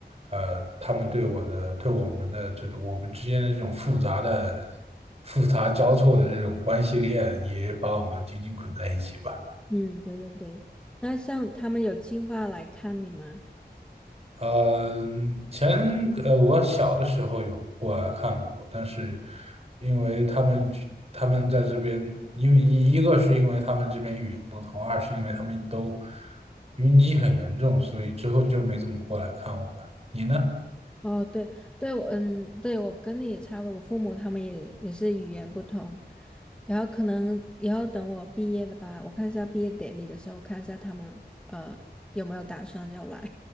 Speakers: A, on the right; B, in the centre.
A: 呃，他们对我的对我们的这种我们之间的这种复杂的复杂交错的这种关系链，也把我们紧紧捆在一起吧。
B: 嗯对对对。那像他们有计划来看你吗？
A: 呃，前呃，我小的时候有过来看过，但是因为他们去他们在这边，因为一一个是因为他们这边语言不通，二是因为他们都晕机很严重，所以之后就没怎么过来看我了。你呢？
B: 哦，对对，我嗯，对我跟你也差不多，我父母他们也也是语言不通，然后可能以后等我毕业了吧，我看一下毕业典礼的时候，看一下他们呃有没有打算要来